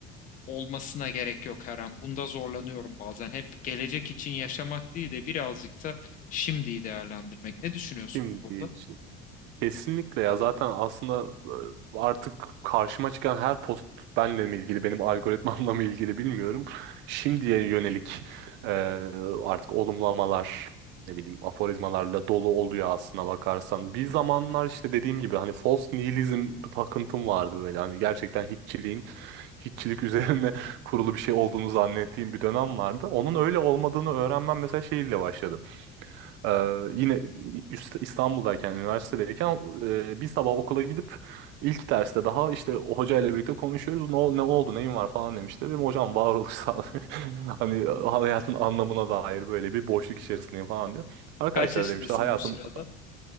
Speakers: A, on the left; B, on the right.
A: olmasına gerek yok her an. Bunda zorlanıyorum bazen. Hep gelecek için yaşamak değil de birazcık da şimdiyi değerlendirmek. Ne düşünüyorsun
B: Şimdi
A: bu konuda?
B: için. Kesinlikle ya zaten aslında e, artık karşıma çıkan her post benle mi ilgili benim algoritmamla mı ilgili bilmiyorum. Şimdiye yönelik e, artık olumlamalar ne bileyim aforizmalarla dolu oluyor aslına bakarsan. Bir zamanlar işte dediğim gibi hani false nihilizm takıntım vardı böyle hani gerçekten hiççiliğin hiççilik üzerine <laughs> kurulu bir şey olduğunu zannettiğim bir dönem vardı. Onun öyle olmadığını öğrenmem mesela şeyle başladı. Ee, yine İst- İstanbul'dayken, üniversitedeyken e, bir sabah okula gidip ilk derste daha işte o hocayla birlikte konuşuyoruz. Ne, ol- ne oldu, neyin var falan demişti. Dedim hocam varoluş sağlığı. <laughs> Hani hayatın anlamına dair böyle bir boşluk içerisindeyim falan diye. Arkadaşlar
A: Kaç yaşındasın
B: demişti hayatın
A: bu sırada?